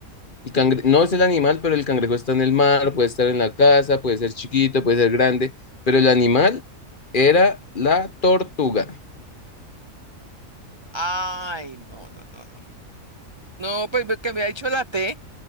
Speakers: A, on the left; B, on the right.
A: El cangre- no es el animal, pero el cangrejo está en el mar, puede estar en la casa, puede ser chiquito, puede ser grande, pero el animal era la tortuga.
B: Ay, no, no, no, no. No, pues que me ha dicho la T.